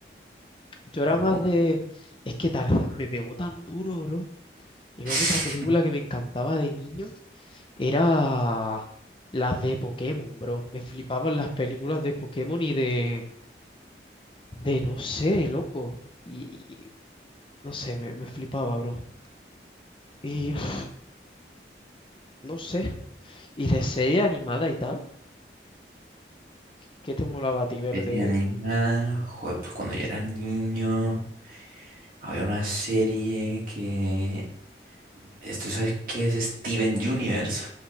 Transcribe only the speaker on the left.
Yo
era más de... Es que Tarzán me pegó tan duro, bro. Y
luego otra película que me encantaba de niño era las de Pokémon, bro. Me flipaban las películas de Pokémon y de... De no sé, loco. Y... y- No sé, me, me flipaba, bro. Y... <sighs> No sé. Y de serie animada y tal. ¿Qué te molaba a ti ver
de...